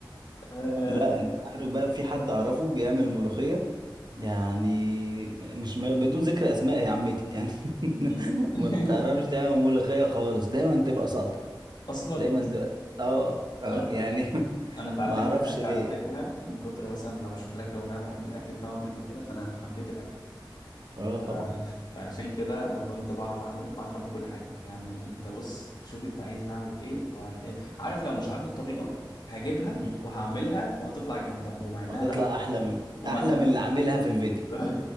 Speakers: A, on the left; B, on the right.
A: آه،
B: لا انت عارف بقى في حد اعرفه بيعمل ملوخيه يعني مش م... بدون ذكر اسماء يا عمتي يعني
A: <laughs>
B: <laughs> ما بتعرفش تعمل ملوخيه خالص دايما تبقى ساقطه
A: اصلا
B: دايما تبقى اه اه
A: انا
B: يعني <laughs>
A: انا اتعلمت
B: ما اعرفش
A: الاكل
B: ليه
A: على فكره
B: يعني
A: من كتر مثلا ما بشوف الاكل وانا بحب الاكل بتاع والدتي وكده فانا حبيت الاكل
B: اه طبعا
A: آه، فعشان كده انا كنت بعرف اعمل بعرف اعمل كل حاجه يعني انت بص شوف انت عايز نعمل ايه وهتلاقي عارف لو مش عارف الطريقه هجيبها
B: مم.
A: وهعملها وهتطلع جامده ومع انها
B: وتطلع
A: لا
B: احلى من
A: ومع
B: احلى
A: إنها-
B: من اللي عاملها في الفيديو
A: <laughs>